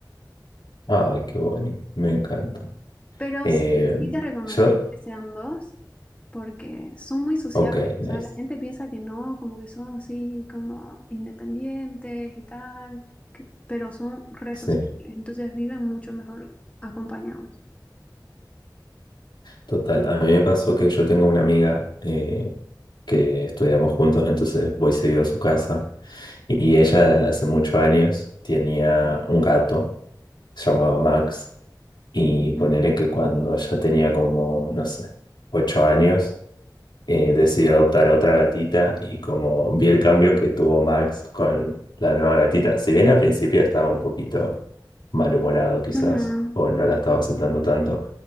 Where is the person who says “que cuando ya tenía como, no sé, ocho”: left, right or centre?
Left